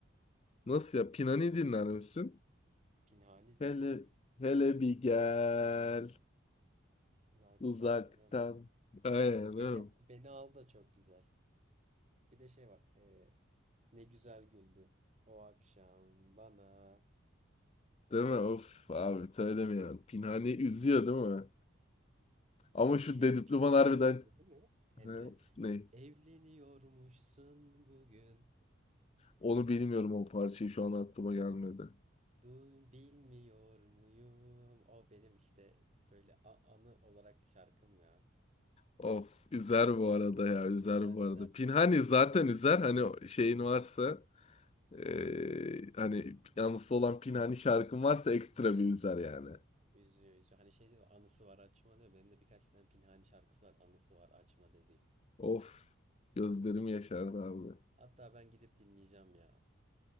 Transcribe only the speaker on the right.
Pinhani
dinlerim.
Zak
Daryan.
Beni
beni al da çok güzel. Bir de şey var. e, ne güzel güldün o akşam bana.
Şey
de Pinhani'dendi
değil mi Emre?
Evleniyormuşsun bugün.
Duy, bilmiyor muyum? O benim işte böyle a- anı olarak şarkım ya.
Üzer
üzer
beni de.
Üzüyor üzüyor. Hani şey diyor anısı var açma diyor. Benim de birkaç tane Pinhani şarkısı var anısı var açma dediğim.
Hatta ben gidip dinleyeceğim ya.